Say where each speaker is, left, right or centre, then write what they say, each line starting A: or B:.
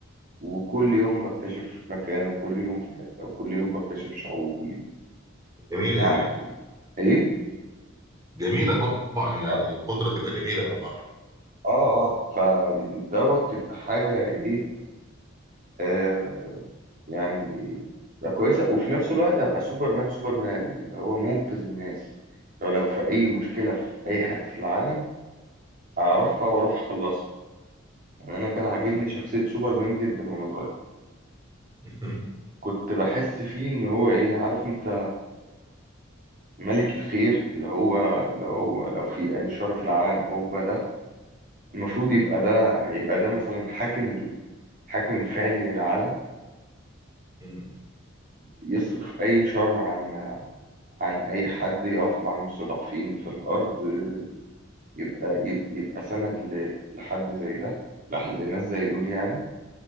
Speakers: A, on the right; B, on the right.
A: وكل يوم بكتشف مكان وكل يوم في حتة وكل يوم بكتشف شعوب
B: جميله
A: يعني
B: دي
A: ايه
B: جميله طبعا يعني
A: اه
B: القدره تبقى جميله لو معنا
A: اه آه. فدوت تبقى حاجة ايه آه يعني تبقى كويسة وفي نفس الوقت أبقى سوبرمان سوبرمان اللي هو منقذ الناس لو لو في أي مشكلة في أي حتة في العالم أعرفها
B: مم.
A: وأروح أخلصها يعني أنا كان عاجبني
B: مم.
A: شخصية سوبرمان جدا وأنا صغير
B: مم.
A: كنت بحس فيه إن هو إيه عارف أنت ملك الخير اللي هو اللي هو لو في أي شر في العالم هو ده المفروض يبقى ده هيبقى ده مثلا حاكم ال- الحاكم الفعلي للعالم
B: مم.
A: يصرف أي شر عن عن أي حد يقف مع المستضعفين في الأرض آه، يبقى يب- يبقى سند ل- لحد زي ده لح- لناس زي دول يعني